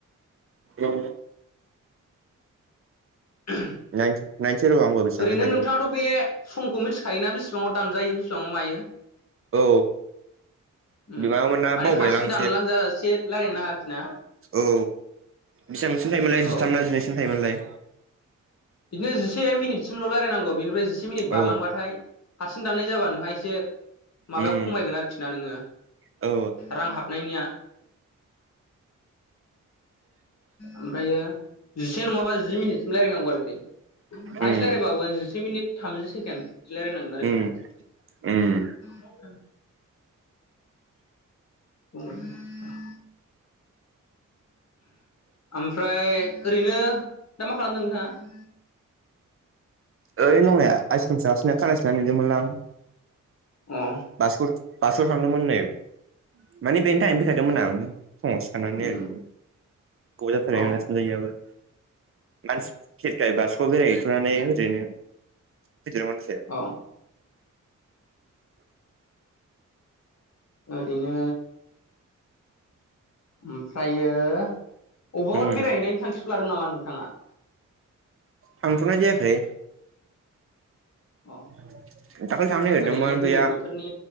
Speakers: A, on the right; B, on the left.
A: औ।
B: <unintelligible>
A: नायनोस-नायसै र' आंबो। बेसेबां
B: ओरैनो
A: जाखायो
B: नोंथाङाथ' बे समखौ मिथिखायोना बिसेबाङाव दानजायो बिसेबाङाव मायो?
A: औ
B: उम
A: माबामोन ना
B: माने
A: बावबायलां
B: हारसिं
A: एसे
B: दानलांजासे लायरायनो नाङा आरोखि। ना
A: औ बिसिबांसिम थायोमोनलाय
B: औ
A: जिथाम ना जिनैसिम थायोमोनलाय?
B: बिदिनो जिसे मिनिट सिमल' रायलायनांगौ बेनिफ्राय जि जिसे मिनिट बारलांबाथाय
A: औ
B: हारसिं दाननाय जाबा नोंहा एसे माबायाव
A: उम
B: खमायगोन आरोखि ना नोङो
A: औ
B: रां हाबनायनिया ओमफायो जिसे नङाबा जि मिनिटसिम रायलायनांगौ आरोखि हाइस्ट
A: उम
B: रायलायबाबो जिसे मिनिट थामजि सेकेन्ड बिदि रायलायनांगोन आरोखि
A: उम
B: ना
A: उम
B: रावबो फैयाखै <inaudible> ओमफ्राय ओरैनो दा मा खालामदों नोंथाङा
A: ओरै नंनाया आइसक्रिम <unintelligible> खानाय <unintelligible> मोनलां
B: अ
A: <unintelligible> थांदोंमोन नै माने बेनि थाखानो फैखादोंमोन आं फुङाव सिखारनानै
B: उम
A: ओरैनो गोबाव'
B: औ
A: <unintelligible> मानसि खेरखाय बास'आव बेरायहैथ'नानै ओरैनो फैदेर
B: औ ओरैनो ओमफ्रायो अबेबाफोर
A: उम
B: बेरायहैनायनि थांखिफोर लादों नामा नोंथाङा
A: थांथ'नाय जायाखै
B: अ
A: दाखालि थांनो नागिरदोंमोन
B: ओरैनो गोलोम
A: गैया
B: बोथोरनि